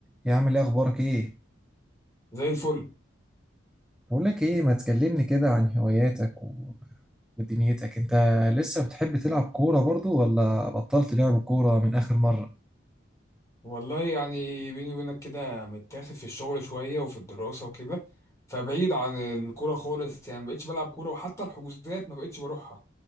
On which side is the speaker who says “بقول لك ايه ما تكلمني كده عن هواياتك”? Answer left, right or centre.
Centre